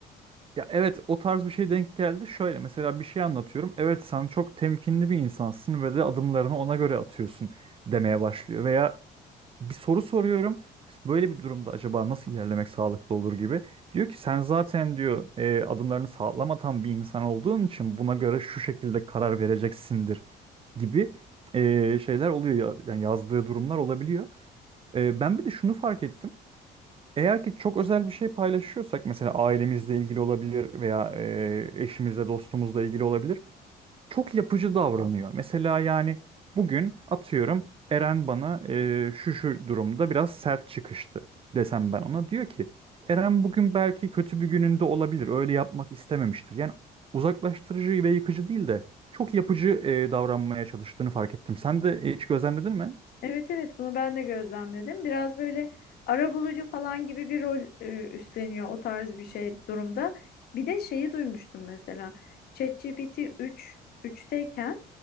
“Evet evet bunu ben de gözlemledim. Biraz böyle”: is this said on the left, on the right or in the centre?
Left